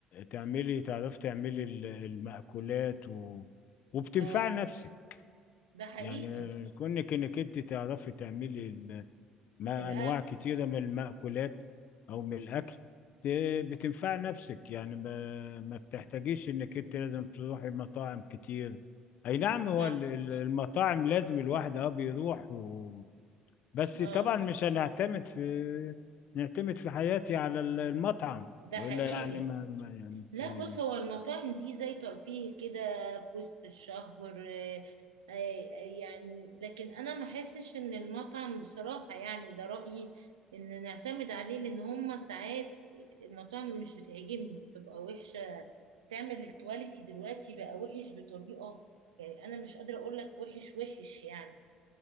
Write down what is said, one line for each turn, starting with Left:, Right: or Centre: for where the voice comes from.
Left: تعملي تعرفي تعملي ال- المأكولات و... وبتنفعي
Right: اه
Left: نفسك
Right: ده حقيقي
Left: يعني كونك انك انت تعرفي تعملي مع
Right: الاكل
Left: أنواع كتيرة من المأكولات أو من الأكل ت- بتنفع نفسك يعني ما, ما بتحتاجيش إنك أنت لازم تروحي مطاعم كتير أي نعم هو
Right: صح
Left: ال- ال- المطاعم لازم الواحد أه بيروح و... بس
Right: اه
Left: طبعا مش هنعتمد في نعتمد في حياتي على ال- المطعم
Right: ده
Left: وإلا
Right: حقيقي
Left: يعني ما, ما يعني
Right: لا بص
Left: انت
Right: هو المطاعم دي زي ترفيه كده في وسط الشهر آه، آه، آه، يعني لكن انا ما احسش ان المطعم بصراحة يعني ده رأيي ان نعتمد عليه لان هما ساعات المطاعم مش بتعجبني بتبقى وحشة تعمل الكواليتي دلوقتي بقى وحش بطريقة يعني انا مش قادرة اقول لك وحش وحش يعني